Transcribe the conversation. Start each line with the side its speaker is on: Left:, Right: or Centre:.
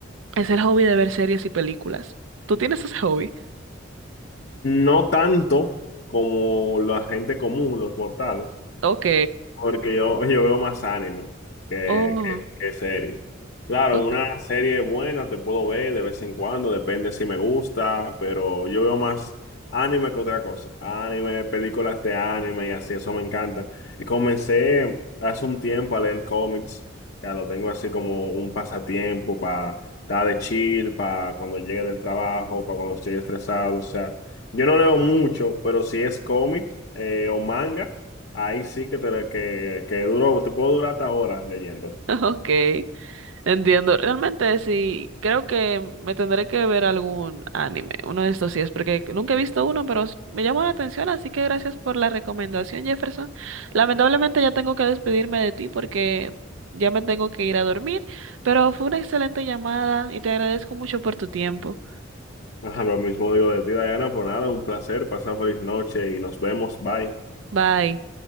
Right: Es el hobby de ver series y películas. ¿Tú tienes ese hobby?
Left: No tanto como la gente común, los mortales.
Right: Ok.
Left: Porque yo, yo veo más anime que,
Right: Oh,
Left: que, que serie. Claro,
Right: ok.
Left: una serie buena te puedo ver de vez en cuando, depende si me gusta, pero yo veo más anime que otra cosa. Anime, películas de anime y así, eso me encanta. Y comencé hace un tiempo a leer cómics, ya lo tengo así como un pasatiempo para estar de chill, para cuando llegue del trabajo, para cuando estoy estresado. O sea, yo no leo mucho, pero si es cómic eh, o manga. Ahí sí que, te, que, que duro, te puedo durar hasta horas leyendo.
Right: <laughs> Ok. Entiendo, realmente sí, creo que me tendré que ver algún anime, uno de estos sí es, porque nunca he visto uno, pero s- me llamó la atención, así que gracias por la recomendación, Jefferson. Lamentablemente ya tengo que despedirme de ti porque ya me tengo que ir a dormir, pero fue una excelente llamada y te agradezco mucho por tu tiempo.
Left: Ajá, lo mismo digo de ti, Diana, por nada, un placer, pasar feliz noche y nos vemos, bye.
Right: Bye.